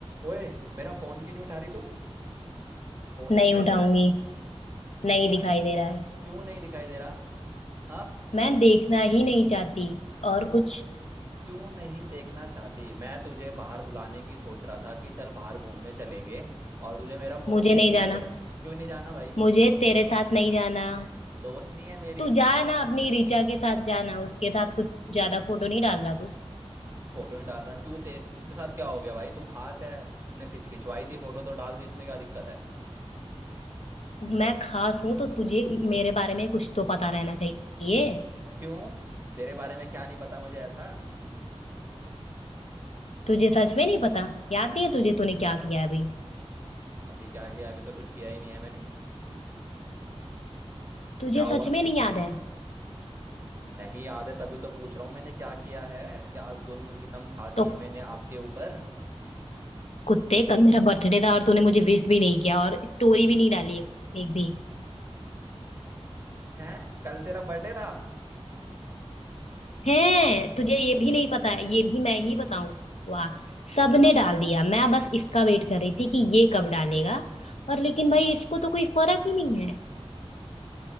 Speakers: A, on the right; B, on the left.
A: ओए मेरा फोन क्यों नहीं उठा रही तू फोन नहीं
B: नहीं
A: दिखाई
B: उठाऊंगी
A: दे रहा है
B: नहीं
A: क्यों
B: दिखाई
A: नहीं
B: दे रहा है
A: क्यों नहीं दिखाई दे रहा हाँ
B: मैं देखना ही नहीं चाहती और
A: क्यों
B: कुछ
A: क्यों नहीं देखना चाहती मैं तुझे बाहर बुलाने की सोच रहा था कि चल बाहर घूमने चलेंगे और तुझे मेरा फोन
B: मुझे
A: ही नहीं
B: नहीं
A: दिखाई
B: जाना
A: दे रहा क्यों नहीं जाना भाई
B: मुझे
A: दोस्त
B: तेरे साथ नहीं जाना
A: दोस्त नहीं है मेरी
B: तू जा ना अपनी ऋचा के साथ जाना उसके साथ कुछ ज्यादा फोटो नहीं डाल रहा तू
A: फोटो नहीं डाल रहा क्यों ते उसके साथ क्या हो गया भाई तू खास है उसने खिंच खिंचवाई थी फोटो तो डाल दी इसमें क्या दिक्कत है
B: मैं खास हूं तो तुझे मेरे बारे में कुछ तो पता रहना चाहिए
A: क्यों तेरे बारे में क्या नहीं पता मुझे ऐसा
B: तुझे सच में नहीं पता याद नहीं है तुझे तूने क्या किया है अभी
A: हम्म, अभी क्या किया अभी तो कुछ किया ही नहीं है मैंने
B: तुझे
A: क्या हुआ
B: सच में नहीं याद है
A: नहीं याद है तभी तो पूछ रहा हूँ मैंने क्या किया है क्या जुल्म सितम ढा दिए
B: तो
A: मैंने आपके ऊपर
B: कुत्ते कल मेरा बर्थडे था और तूने मुझे विश भी नहीं किया और स्टोरी भी नहीं डाली एक भी
A: हैं कल तेरा बर्थडे था
B: है तुझे ये भी नहीं पता है ये भी मैं ही बताऊं वाह सबने डाल दिया मैं बस इसका वेट कर रही थी कि ये कब डालेगा और लेकिन भाई इसको तो कोई फर्क ही नहीं है